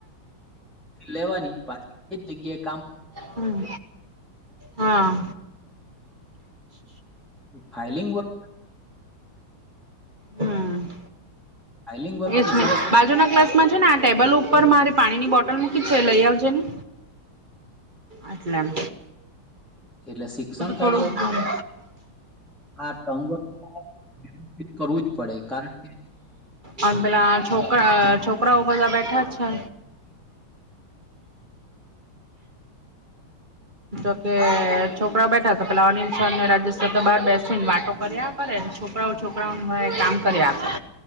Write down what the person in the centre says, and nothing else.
લેવાની પાછી એ જગ્યા.
ફાઈલિંગ વ
ફાઇલિંગ વર્ક
તો
સરસ
એટલે શિક્ષણ કાર્ય.
ના સંબંધ માં વ્યવસ્થિત કરવું જ પડે કારણ કે